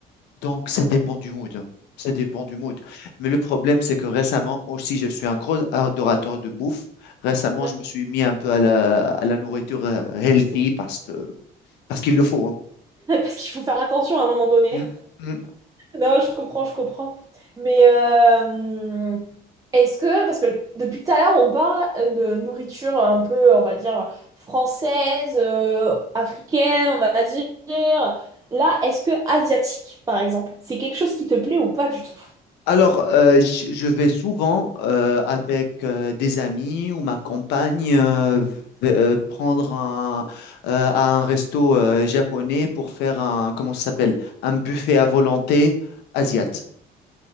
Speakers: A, on the left; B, on the right.
A: Donc, ça dépend du mood. hein. Ça dépend du mood. Mais le problème, c'est que récemment, moi aussi, je suis un gros adorateur de bouffe. Récemment,
B: Ouais.
A: je me suis mis un peu à la, à la nourriture euh, healthy parce que, parce qu'il le faut. hein.
B: <laughs> Parce qu'il faut faire attention à un moment donné.
A: Mm, mm.
B: Non, je comprends, je comprends. Mais euh, est-ce que, parce que depuis tout à l'heure, on parle de nourriture un peu, on va dire, française, euh, africaine, on va dire. Là, est-ce que asiatique, par exemple, c'est quelque chose qui te plaît ou pas du tout?
A: Alors, euh, je je vais souvent euh, avec euh, des amis ou ma compagne euh, v- euh, prendre un, euh, à un resto euh, japonais pour faire un, comment ça s'appelle? Un buffet à volonté asiat.